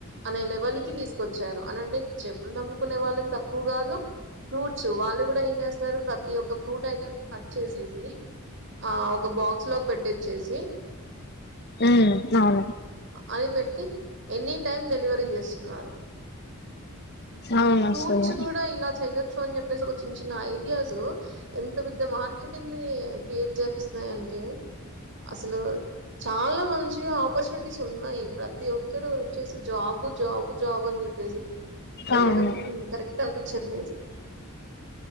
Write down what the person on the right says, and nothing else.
అనే లెవల్ కి తీసుకొచ్చారు అంటే ఇప్పుడు చెప్పులు అమ్ముకునే వాళ్ళని తక్కువ కాదు ఫ్రూట్స్ వాళ్ళు కూడా ఏం చేస్తారు ప్రతి ఒక్క ఫ్రూట్ ఐటమ్ కట్ చేసేసి ఆ ఒక బాక్స్ లోకి పెట్టిచ్చేసి
అని పెట్టి ఎనీ టైమ్ డెలివరీ చేస్తున్నారు
ఫ్రూట్స్
కూడా ఇలా చెయొచ్చు అని చెప్పేసి ఒక చిన్న చిన్న ఐ ఐడియాస్ ఎంత పెద్ద మార్కెటింగ్ ని క్రియేట్ చేస్తున్నాయే అసలు చాలా మంచిగా ఆపర్చ స్ ఉన్నాయి ప్రతి ఒక్కరు వచ్చేసి జాబు జాబు జాబ్ అని చెప్పేసి వెళ్లడం
కరెక్ట్ అనిపించట్లేదు